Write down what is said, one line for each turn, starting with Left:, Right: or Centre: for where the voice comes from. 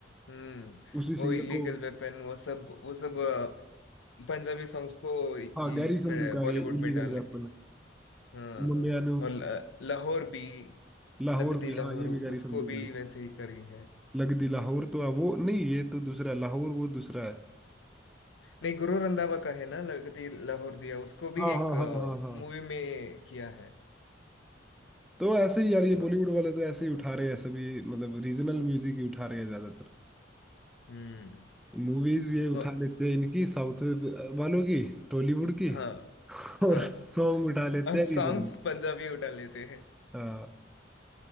Left: हम्म
Centre: उसी
Left: वो
Centre: सिंगर
Left: इलीगल
Centre: को
Left: वेपन वो सब वो सब अ, पंजाबी सॉन्ग्स को इ-
Centre: हाँ गैरी
Left: इसमें
Centre: संधू का
Left: बॉलीवुड
Centre: है ये इलीगल
Left: में डाल
Centre: वेपन
Left: के हाँ
Centre: मुंडिया
Left: और ल- लाहौर भी
Centre: लाहौर
Left: लगदी
Centre: भी
Left: लाहौर
Centre: हाँ ये
Left: उसको
Centre: भी गैरी संधू
Left: भी
Centre: का है
Left: वैसे ही करी है
Centre: लगदी लाहौर तो है वो नहीं ये तो दूसरा है लाहौर वो दूसरा है
Left: नहीं गुरु रंधावा का है ना लगदी लाहौर दिया उसको भी
Centre: हाँ
Left: एक
Centre: हाँ हाँ हाँ हाँ
Left: मूवी में किया है
Centre: तो ऐसे ही यार ये
Left: वो
Centre: बॉलीवुड वाले तो ऐसे ही उठा रहे हैं सभी मतलब रीजनल म्यूजिक ही उठा रहे हैं ज्यादातर
Left: हम्म
Centre: मूवीज ये उठा
Left: और
Centre: लेते हैं इनकी साउथ वालों की टॉलीवुड की
Left: हाँ
Centre: और
Left: हाँ
Centre: सॉन्ग उठा लेते
Left: और
Centre: हैं
Left: सॉन्ग्स
Centre: रीजनल
Left: पंजाबी उठा लेते हैं
Centre: हाँ